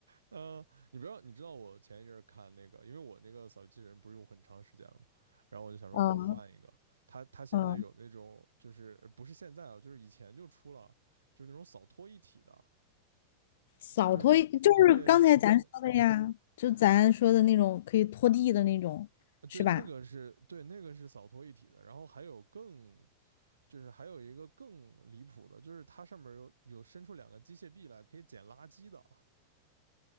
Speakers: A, on the right; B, on the left.
A: 呃，你不知道，你知道我前一阵儿看那个，因为我那个扫地机器人不是用很长时间了嘛，然后我就想说要不要换一个。
B: <laughs> 嗯
A: 它它现在有那种，
B: 嗯，
A: 就是呃不是现在啊，就是以前就出了，就是那种扫拖一体的，
B: 扫拖就是刚才咱说的呀，
A: 就是对扫拖，
B: 就咱说的那种可以拖地的那种，
A: 呃对那个是对那个是扫拖一体的，
B: 是吧？
A: 然后还有更就是还有一个更离谱的，就是它上面有有伸出两个机械臂来可以捡垃圾的。